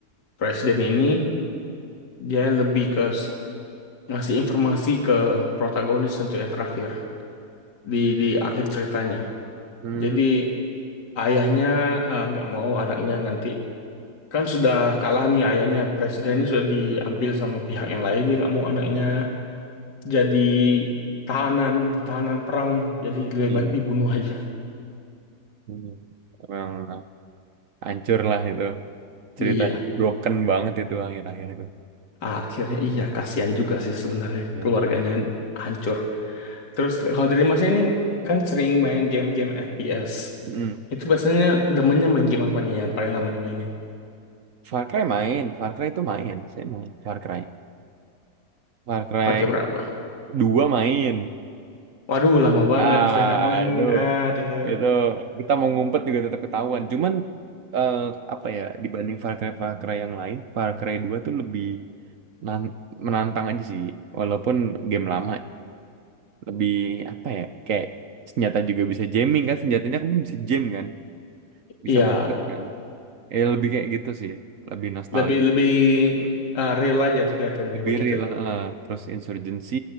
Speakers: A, on the left (about 60°); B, on the right (about 55°).
A: presiden ini, dia lebih ke s- ngasih informasi ke protagonis untuk yang terakhir di di akhir ceritanya.
B: Hmm.
A: Jadi ayahnya eh, nggak mau anaknya nanti kan sudah kalah nih ayahnya presidennya
B: Hmm.
A: sudah diambil sama pihak yang lain dia nggak mau anaknya jadi tahanan tahanan perang jadi lebih
B: Iya.
A: baik dibunuh aja
B: Hmm. Emang hancur lah itu. Cerita
A: iya
B: broken banget itu akhir-akhir itu.
A: akhirnya iya kasihan juga sih sebenarnya
B: Dan
A: keluarganya hancur terus kalau dari masnya ini kan sering main game-game FPS
B: hmm.
A: itu biasanya demennya main game apa nih yang paling lama dimainin
B: Far Cry main, Far Cry itu main, saya main Far Cry. Far Cry
A: pakai berapa
B: dua main.
A: waduh lama banget
B: Ah,
A: saya nggak main
B: itu
A: aduh
B: itu kita mau ngumpet juga tetap ketahuan. Cuman eh, apa ya dibanding Far Cry Far Cry yang lain, Far Cry 2 tuh lebih nan- menantang aja sih. Walaupun game lama, lebih apa ya kayak senjata juga bisa jamming kan, senjatanya kan bisa jam kan, bisa
A: iya
B: market kan. Eh lebih kayak gitu sih, lebih nostalgia,
A: lebih lebih eh, real aja kelihatannya
B: lebih
A: begitu.
B: real. eh. terus Insurgency